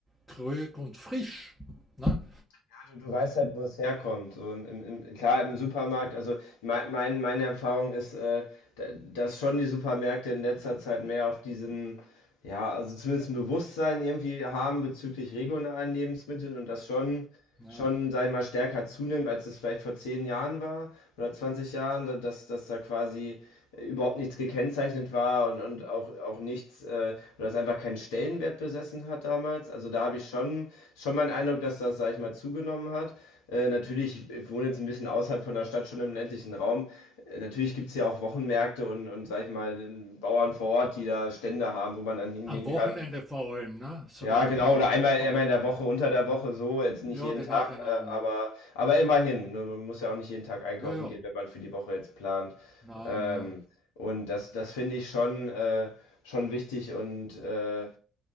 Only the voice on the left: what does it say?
Ja, Du, du weißt halt, wo es herkommt. So im, im, im, klar, im Supermarkt, also mein, mein, meine Erfahrung ist, äh, da- dass schon die Supermärkte in letzter Zeit mehr auf diesen, ja, also zumindest ein Bewusstsein irgendwie haben bezüglich regionalen Lebensmitteln und das schon
schon, sag ich mal, stärker zunimmt, als es vielleicht vor 10 Jahren war oder 20 Jahren, da- dass, dass da quasi äh, überhaupt nichts gekennzeichnet war und, und auch, auch nichts, äh, oder es einfach keinen Stellenwert besessen hat damals. Also da habe ich schon, schon meinen Eindruck, dass das, sag ich mal, zugenommen hat. Äh, natürlich, ich wohne jetzt ein bisschen außerhalb von der Stadt, schon im ländlichen Raum. Äh, natürlich gibt es ja auch Wochenmärkte und, und, sag ich mal, den Bauern vor Ort, die da Stände haben, wo man dann hingehen
kann
ja, genau,
oder einmal,
einmal
in der Woche, unter der Woche so, jetzt nicht
jeden
Tag,
äh,
aber, aber immerhin. ne, Man muss ja auch nicht jeden Tag einkaufen
gehen, wenn man für die Woche jetzt plant.
Ähm,
und das, das finde ich schon, äh, schon wichtig und äh,